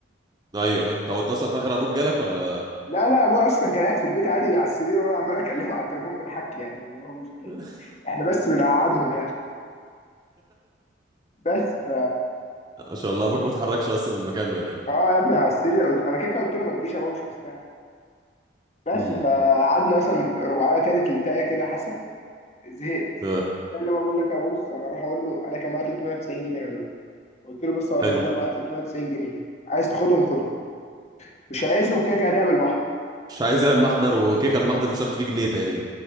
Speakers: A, on the right; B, on the left.
A: ايوه فاهم طب اتصل في الاخر ابوك جالك ولا
B: لا لا ابويا اصلا كان قاعد في البيت عادي على السرير وانا عمال اكلمه على التليفون بنحكي يعني هو مش
A: <laughs>
B: احنا بس بنقعدهم يعني بس ف
A: ما شاء الله ابوك ما اتحركش اصلا من مكانه يعني
B: اه يا ابني على السرير قلت انا كده كده قلت له ما تجيش هو مش مستاهل بس
A: امم
B: فقعدنا مثلا ربعايه كده تلتايه كده حسب زهقت
A: اه
B: قال لي بقى بقول لك يا بص انا اروح اقول له انا كان معايا 390 جنيه غالبا قلت له بص انا
A: حلو
B: اروح اقول له معايا 390 جنيه عايز تاخدهم خدهم مش عايزهم كده كده هنعمل بحضر
A: مش عايز يعمل محضر وكيكه المحضر مش هتاخد فيه جنيه تقريبا